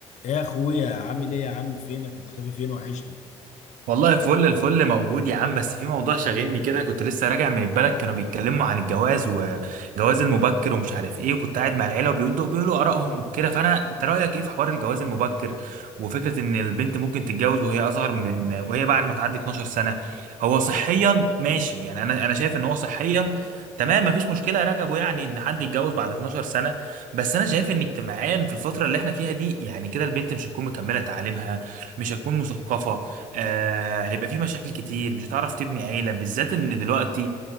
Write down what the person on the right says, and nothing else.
والله فل الفل موجود يا عم بس في موضوع شاغلني كده كنت لسه راجع من البلد كانوا بيتكلموا عن الجواز وجواز المبكر ومش عارف ايه وكنت قاعد مع العيله وبيقولوا بيقولوا ارائهم وكده فانا انت رايك ايه في حوار الجواز المبكر وفكره ان البنت ممكن تتجوز وهي اصغر من وهي بعد ما تعدي 12 سنه هو صحيا ماشي يعني انا انا شايف ان هو صحيا تمام مفيش مشكله يا رجبو يعني ان حد يتجوز بعد 12 سنه بس انا شايف ان اجتماعيا في الفتره اللي احنا فيها دي يعني كده البنت مش هتكون مكمله تعليمها مش هتكون مثقفه آه هيبقى في مشاكل كتير مش هتعرف تبني عيلة بالذات ان دلوقتي